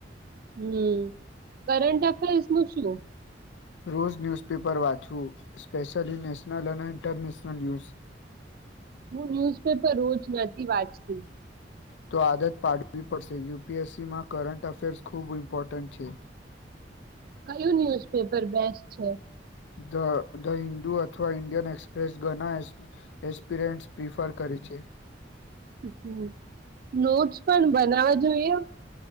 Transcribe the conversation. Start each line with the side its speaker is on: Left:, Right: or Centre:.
Right: હમ કરંટ અફેર્સ નું શું?
Left: રોઝ ન્યૂઝપેપર વાંચવું. સ્પેશિયલી નેશનલ અને ઇન્ટરનેશનલ ન્યૂઝ
Right: હું ન્યૂઝપેપર રોજ નથી વાંચતી.
Left: તો આદત પાડવી પડશે યુપીએસસીમાં કરંટ અફેર્સ ખૂબ ઇમ્પોર્ટન્ટ છે.
Right: કયું ન્યુઝપેપર બેસ છે?
Left: ધ ધ હિન્દુ અથવા ઈન્ડિયન એક્સપ્રેસ ઘના એસ એસ્પિરન્ટ્સ પ્રિફર કરે છે.
Right: હમ નોટ્સ પણ બનાવા જોઈએ?